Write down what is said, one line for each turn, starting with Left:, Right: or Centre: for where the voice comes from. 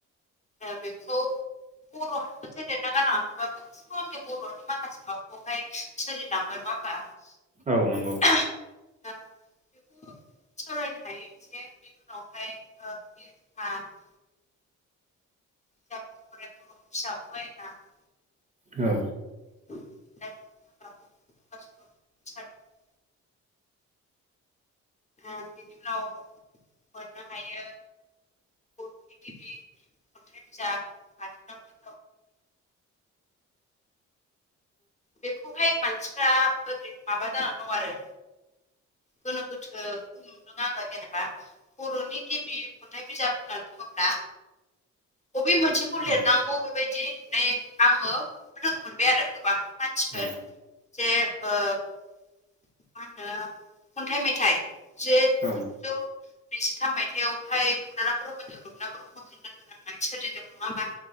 Left: ओ बेखौ बर' हांखोजों लिरना गालांङाखैबाबो गासिबो आंनि बर'नि माखासे मखौहाय सोलिलांबाय नङा होमबा?
Right: औ नंगौ।
Left: औ बे सावरायनो हायो एसे बेनि उनावहाय ओ <unintelligible> <unintelligible>
Right: औ
Left: <unintelligible> ओ बिनि उनाव मोननो हायो। बर'नि गिबि खन्थाइ बिजाब बिजाब बाथुनाम बैखा बेखौहाय मानसिफ्रा ओरै माबा जानानै दं आरो गोनो गोथो नुदों आङो जेनेबा बर'नि गिबि खन्थाइ बिजाब होनना बुङोब्ला बबे मोनसेखौ लिरनांगौ
Right: औ
Left: बेबायदि बिदि नो आङो लोगो मोनबाय आरो गोबां मानसिफोर।
Right: औ
Left: जे मा होनो खन्थाइ मेथाइ जे
Right: औ
Left: जिगुजौ नैजिथाम मायथाइयावहाय मदाराम ब्रह्मजों रुपनाथ ब्रह्मजों लोगो नांनानै सोरजिदों नङा होमबा?